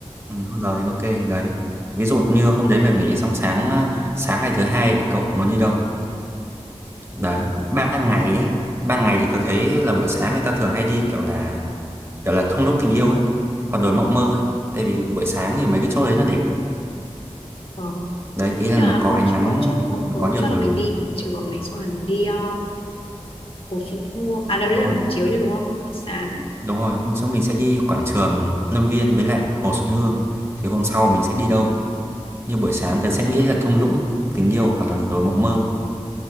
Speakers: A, on the right; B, on the left.
A: ừ, hôm đầu thì ok đấy ví dụ như hôm đấy về nghỉ xong sáng à, sáng ngày thứ hai thì cậu muốn đi đâu đấy ban ngày nhá ban ngày thì tôi thấy là buổi sáng người ta thường hay đi kiểu là kiểu là thung lũng tình yêu ấy hoặc đồi
B: Ờ,
A: mộng mơ ấy tại vì buổi sáng thì mấy cái chỗ đấy nó đẹp
B: ờ.
A: đấy ý là
B: nhưng
A: nó
B: mà
A: có
B: hôm
A: ánh
B: trước
A: nắng
B: hôm trước hôm,
A: nó
B: hôm
A: có nhiều
B: trước là
A: thứ
B: mình đi quảng trường này xong rồi mình đi ờ, Hồ Xuân Hương à đâu đấy
A: đúng
B: là
A: rồi,
B: buổi chiều chứ đúng không sáng
A: đúng rồi hôm sau mình sẽ đi quảng trường Lâm Viên với lại Hồ Xuân Hương thì hôm sau mình sẽ đi đâu như buổi sáng tớ sẽ nghĩ là thung lũng tình yêu hoặc là đồi mộng mơ